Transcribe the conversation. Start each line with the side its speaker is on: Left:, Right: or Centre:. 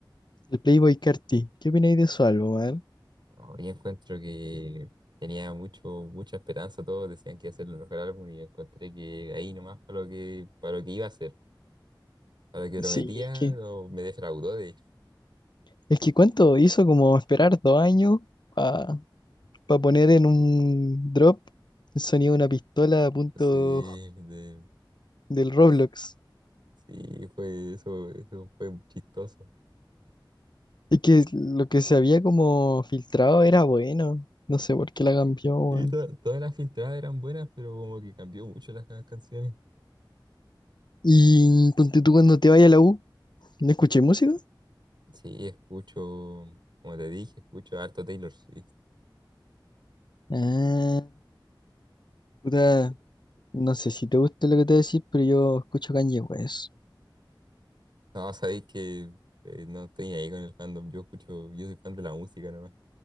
Left: el Playboy Carti, ¿qué opináis de su álbum, man?
Right: Hoy encuentro que tenía mucho, mucha esperanza, todos decían que iba a ser el mejor álbum y encontré que ahí nomás para lo que, para lo que iba a ser, para lo que prometía,
Left: Sí, es que,
Right: o me defraudó de hecho.
Left: es que cuánto hizo como esperar dos años para poner en un drop el sonido de una pistola a punto
Right: Sí, de-
Left: del
Right: pues,
Left: Roblox.
Right: sí, fue eso, eso fue chistoso.
Left: Y que lo que se había como filtrado era bueno. No sé por qué la cambió, weón.
Right: Sí, to- todas las filtradas eran buenas, pero como que cambió mucho las ca- canciones.
Left: Y ponte tú cuando te vayas a la U, ¿no escuché música?
Right: Sí, escucho, como te dije, escucho harto Taylor Swift.
Left: Ah, puta,
Right: Escu-
Left: no sé si te gusta lo que te voy a decir, pero yo escucho Kanye West.
Right: No, sabéis que eh, no estoy ahí con el fandom. Yo escucho, yo soy fan de la música nomás.